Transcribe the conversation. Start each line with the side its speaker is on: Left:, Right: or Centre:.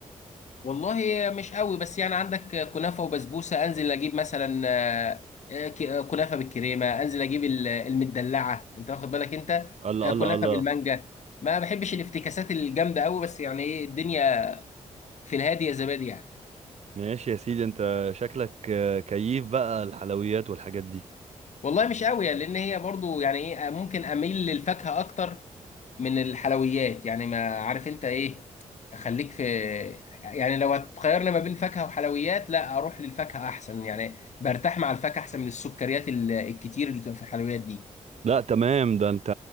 Left: والله مش قوي بس يعني عندك كنافة وبسبوسة انزل اجيب مثلا آه، آه، ك- آه، كنافة بالكريمة انزل اجيب ال- المدلعة انت واخد بالك انت
Right: الله
Left: آه،
Right: الله
Left: كنافة
Right: الله
Left: بالمانجا ما بحبش الافتكاسات الجامدة قوي بس يعني ايه الدنيا في الهادي يا زبادي يعني
Right: ماشي يا سيدي انت شكلك آه، كيف بقى الحلويات والحاجات دي
Left: والله مش قوي يعني، لان هي برضو يعني ايه ممكن اميل للفاكهة اكتر من الحلويات يعني ما عارف انت ايه اخليك في يعني لو هتخيرني ما بين فاكهة وحلويات لا اروح للفاكهة احسن يعني برتاح مع الفاكهة احسن من السكريات ال- الكتير اللي بتبقى في الحلويات دي
Right: لا تمام ده انت